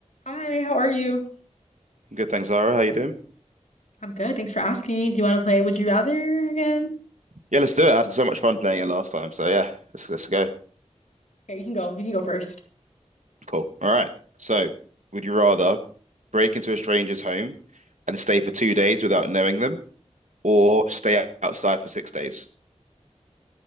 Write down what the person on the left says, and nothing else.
Hi, how are you?
I'm good. Thanks for asking. Do you want to play Would You Rather again?
Here, you can go. You can go first.